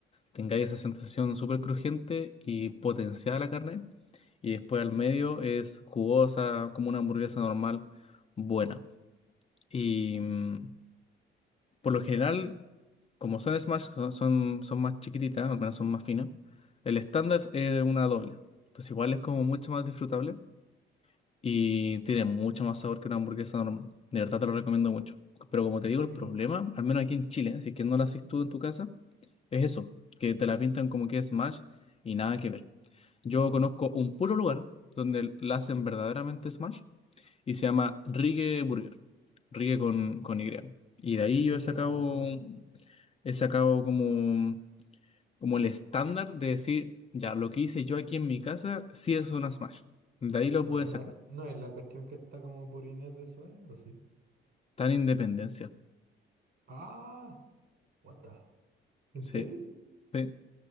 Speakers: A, on the left (about 30°); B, on the right (about 60°).
A: tengáis esa sensación súper crujiente y potenciada la carne. Y después al medio es jugosa, como una hamburguesa normal, buena. Y mm, por lo general, como son smash, son, son, son más chiquititas, al menos son más finas. El estándar es una doble. Entonces igual es como mucho más disfrutable y tiene mucho más sabor que una hamburguesa normal. De verdad te lo recomiendo mucho. Pero como te digo, el
B: Sí,
A: problema, al menos aquí en Chile, ¿eh? si es que no la haces tú en tu casa, es eso, que te la pintan como que es Smash y nada que ver. Yo conozco un puro lugar donde la hacen verdaderamente Smash y se llama Rigue Burger, Rigue con,
B: Mm,
A: con Y. Y de ahí yo
B: me
A: he
B: suena,
A: sacado,
B: me suena.
A: he sacado como, como el estándar de decir, ya, lo que hice yo aquí en mi casa sí es una Smash. De ahí lo
B: No,
A: pude
B: no
A: sacar.
B: es, no es la cuestión que está como por Inés de Suárez, ¿o sí?
A: Tan independencia.
B: Ah, what the- ¿En
A: Sí,
B: serio?
A: sí.